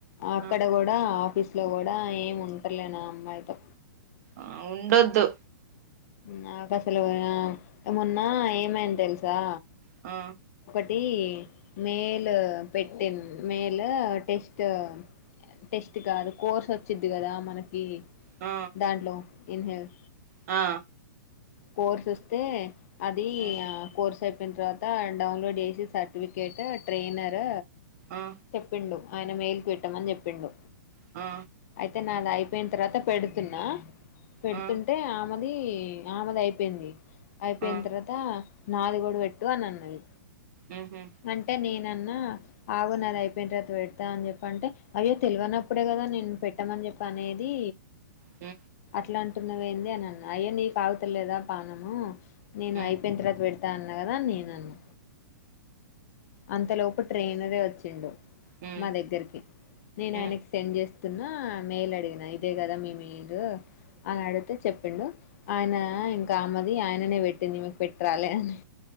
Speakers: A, on the left (about 50°); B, on the right (about 50°).
A: అక్కడ
B: ఆ
A: కూడా ఆఫీస్లో కూడా ఏమి ఉంటర్లే నా అమ్మాయితో
B: ఆ ఉండొద్దు
A: నాకు అసలు మొన్న ఏమైంది తెలుసా
B: ఆ
A: టి మేల్ పెట్టి మేల్ టెస్ట్ టెస్ట్ కాదు కోర్స్ వచ్చిది కదా మనకి ఈ
B: ఆ
A: దాంలో ఇన్హెల్
B: ఆ
A: పోర్ సస్తే అది
B: ఉమ్,
A: ఆ కోర్సేపు చెప్పిన తర్వాత డౌన్లోడ్ చేసి సర్టిఫికేట్ ట్రైనర్
B: ఆ
A: తెప్పిడు ఆయన మెయిల్ క పెట్టమని చెప్పిండు
B: ఆ
A: అయితే నాది అయిపోయిన తర్వాత పెడుతున్నా పెడుతుంటే
B: ఆ
A: ఆమెది ఈ ఆమెది అయిపోయింది అయిపోయిన
B: ఆ
A: తర్వాతా నాదిగడు పెట్టు అని అన్నది
B: ఉహు
A: అంటే నేన న్నా ఆగు న అది అయిపోయిన తర్వాత పెడతా అని చెప్ప అంటే అయ్యో తెలివనప్పుడే కదా నేను పెట్టామని చెప్పి అనేది
B: హ
A: ఇట్లా అంటున్నావ ఏంది అని అన్నా అయ్య నీ కా తులేదా పనము నేను
B: ఉ
A: ఐపోయింత త పెడత దా అన్న కదా నేన అను అంతలోపు ట్రైన్దే వచ్చిండు
B: ఉ
A: మా దగ్గరికి నేను
B: ఉ
A: ఆయనకి సెండ్ చేస్తా న్నా మేల్ అడిగిన ఇదే కదా మీ మీరు అని అడిగితే చెప్పిండు ఆయన ఇంకా అమ్మది ఆయననే పెట్టింది మీకు పెట్టరాలి అని